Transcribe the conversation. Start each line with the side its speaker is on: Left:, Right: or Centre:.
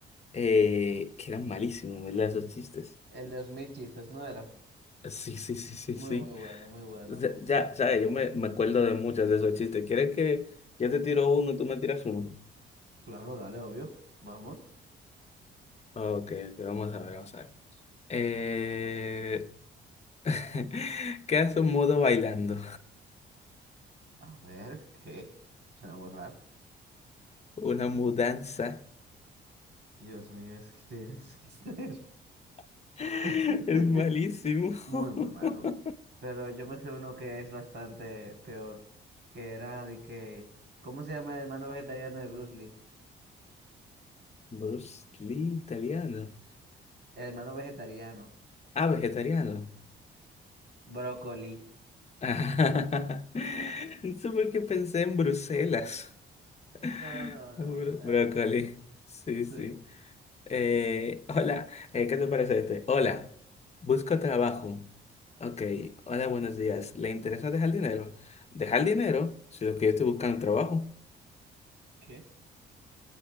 Left: eh, que eran malísimos, ¿verdad? Esos chistes.
Right: El de los mil chistes, ¿no era?
Left: Sí, sí, sí, sí,
Right: Muy,
Left: sí.
Right: muy bueno, muy bueno.
Left: Ya, ya, sabes, yo me, me acuerdo de muchos de esos chistes. ¿Quieres que yo te tiro uno y tú me tiras uno?
Right: Claro, dale, obvio. Vamos.
Left: Ok, ok, vamos a ver, vamos a ver. Eh... <laughs> ¿Qué hace un mudo bailando?
Right: A ver, ¿qué? Suena muy raro.
Left: Una mudanza.
Right: Dios mío, es que tienes que ser
Left: <laughs>
Right: <laughs>
Left: Es malísimo.
Right: muy,
Left: <laughs>
Right: muy malo. Pero yo me sé uno que es bastante peor, que era de que, ¿cómo se llama el hermano vegetariano de Bruce Lee?
Left: Bruce Lee, italiano.
Right: El hermano vegetariano,
Left: Ah, vegetariano.
Right: Brócoli.
Left: <laughs> No sé por qué pensé en Bruselas. <laughs>
Right: No, no, no,
Left: Ah, Bro-
Right: era
Left: brócoli.
Right: más fácil.
Left: Sí, sí.
Right: Sí.
Left: Eh, hola, Eh, ¿qué te parece este? Hola, busco trabajo. Ok, hola, buenos días. ¿Le interesa dejar dinero? ¿Dejar dinero? Si lo que yo estoy buscando es trabajo.
Right: ¿Qué?